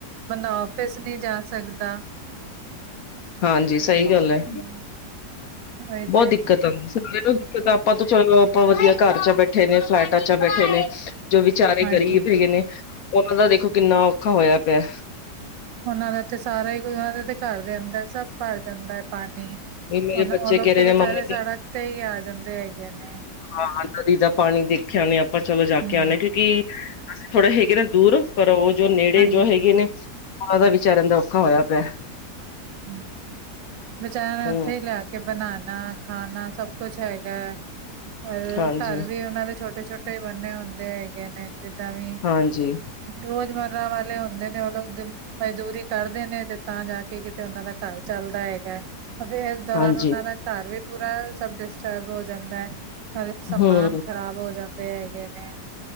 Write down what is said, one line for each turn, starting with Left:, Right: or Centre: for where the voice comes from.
Right: ਬੰਦਾ ਆਫਿਸ ਨਹੀਂ ਜਾ ਸਕਦਾ।
Left: ਹਾਂਜੀ, ਸਹੀ ਗੱਲ ਐ।
Right: ਹਮ, ਉਹੀ
Left: ਬਹੁਤ
Right: ਤੇ
Left: ਦਿੱਕਤ ਆਉਂਦੀ <unintelligible> ਤਾਂ ਆਪਾਂ ਚਲੋ ਆਪਾਂ ਵਧੀਆ ਘਰ ਚ ਬੈਠੇ ਨੇ, ਫਲੈਟਾਂ ਚ ਬੈਠੇ ਨੇ। ਜੋ ਵਿਚਾਰੇ
Right: ਹਾਂਜੀ
Left: ਗ਼ਰੀਬ ਹੈਗੇ ਨੇ, ਉਹਨਾਂ ਦਾ ਦੇਖੋ ਕਿੰਨਾ ਔਖਾ ਹੋਇਆ ਪਿਆ।
Right: ਉਹਨਾਂ ਦਾ ਤੇ ਸਾਰਾ ਹੀ ਕੁ ਉਹਨਾਂ ਦੇ ਤੇ ਘਰ ਦੇ ਅੰਦਰ ਸਭ ਭਰ ਜਾਂਦਾ ਐ ਪਾਣੀ। ਉਹਨਾ
Left: ਵੀ ਮੇਰੇ ਬੱਚੇ
Right: ਉਹ ਲੋਕ
Left: ਕਹਿ ਰਹੇ
Right: ਤੇ ਵੇਚਾਰੇ
Left: ਨੇ ਮੰਮਾ
Right: ਸੜਕ ਤੇ ਹੀ ਆ ਜਾਂਦੇ ਹੈਗੇ ਨੇ।
Left: ਹਾਂ ਨਦੀ ਦਾ ਪਾਣੀ ਦੇਖਿਆ ਨਹੀਂ ਆਪਾਂ ਚਲੋ ਜਾ
Right: ਹੂੰ,
Left: ਕੇ ਆਨੇ ਆ ਕਿਉਂਕਿ ਥੋੜੇ ਹੈਗੇ ਨੇ ਦੂਰ ਪਰ ਉਹ ਜੋ ਨੇੜੇ
Right: ਹਾਂਜੀ
Left: ਜੋ ਹੈਗੇ ਨੇ, ਉਹਨਾਂ ਦਾ ਵਿਚਾਰਿਆ ਦਾ ਔਖਾ ਹੋਇਆ ਪਿਆ।
Right: ਹੂੰ ਵਿਚਾਰਿਆਂ ਨੇ
Left: ਹੂੰ,
Right: ਉੱਥੇ ਹੀ ਲਿਆ ਕੇ ਕੇ ਬਣਾਣਾ ਖਾਣਾ ਸਭ ਕੁਛ ਹੈਗਾ ਐ ਔਰ
Left: ਹਾਂਜੀ,
Right: ਘਰ ਵੀ ਉਹਨਾਂ ਦੇ ਛੋਟੇ ਛੋਟੇ ਟੁੱਟੇ ਬੰਨੇ ਹੁੰਦੇ ਹੈਗੇ ਨੇ ਜਿੱਦਾਂ ਵੀ
Left: ਹਾਂਜੀ,
Right: ਰੋਜ਼ਮਰਰਾ ਵਾਲੇ ਹੁੰਦੇ ਨੇ ਉਹ ਲੋਕ ਮਜ਼ਦੂਰੀ ਕਰਦੇ ਨੇ ਤੇ ਤਾਂ ਜਾ ਕੇ ਕਿਤੇ ਤੇ ਉਹਨਾਂ ਦਾ ਘਰ ਚੱਲਦਾ ਹੈਗਾ ਤੇ ਇਸ ਦੌਰਾਨ
Left: ਹਾਂਜੀ,
Right: ਉਹਨਾਂ ਦਾ ਘਰ ਵੀ ਪੂਰਾ ਸਭ ਡਿਸਟਰਬ ਹੋ ਜਾਂਦਾ ਐ ਹ ਸਮਾਨ
Left: ਹੂੰ,
Right: ਖ਼ਰਾਬ ਹੋ ਜਾਂਦੇ ਹੈਗੇ ਨੇ,